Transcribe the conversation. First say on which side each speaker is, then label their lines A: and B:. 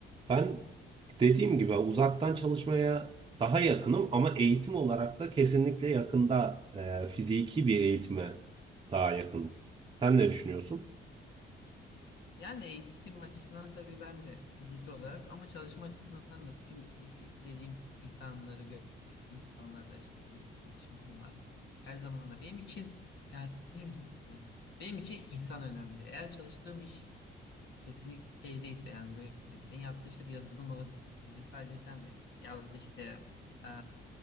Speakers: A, on the right; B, on the left.
A: Ben dediğim gibi uzaktan çalışmaya daha yakınım ama eğitim olarak da kesinlikle yakında e, fiziki bir eğitime daha yakınım. Sen ne düşünüyorsun?
B: Yani eğitim açısından tabii ben de fiziki olarak ama çalışma açısından da çünkü işte dediğim insanları görmek, insanlarla işte fiziksel iletişim kurmak her zaman da benim için yani bilir misin? Yani benim için insan önemli. Eğer çalıştığım iş kesinlikle şeydeyse yani böyle tabii senin yaptığın işte bir yazılım olabilir. Sadece sen ve yazdığın işte eee,